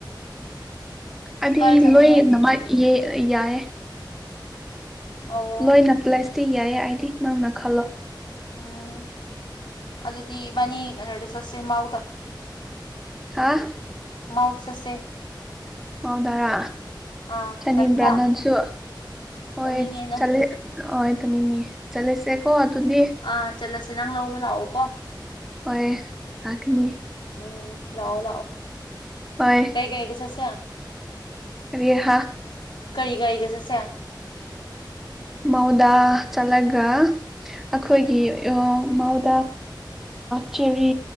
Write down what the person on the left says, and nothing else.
ꯀꯥꯏꯗ ꯆꯠꯅꯤꯡꯉꯦ
ꯑꯣ
ꯎꯝ ꯑꯗꯨꯗꯤ ꯏꯕꯥꯅꯤ ꯀꯩꯅꯣꯗ ꯆꯠꯁꯦ ꯃꯥꯎꯗ
ꯃꯥꯎꯗꯥ ꯆꯠꯁꯦ
ꯑꯥ
ꯇꯟꯕ꯭ꯔꯥ
ꯆꯠꯅꯤꯡꯉꯦ ꯅꯪ
ꯑꯥ ꯆꯠꯂꯁꯦ ꯅꯪ ꯂꯧꯕ ꯂꯥꯛꯑꯣ ꯀꯣ
ꯎꯝ ꯂꯥꯛꯑꯣ ꯂꯥꯛꯑꯣ
ꯀꯩ ꯒꯥꯔꯤꯗ ꯆꯠꯁꯦ
ꯀꯔꯤ ꯒꯥꯔꯤꯗ ꯆꯠꯁꯦ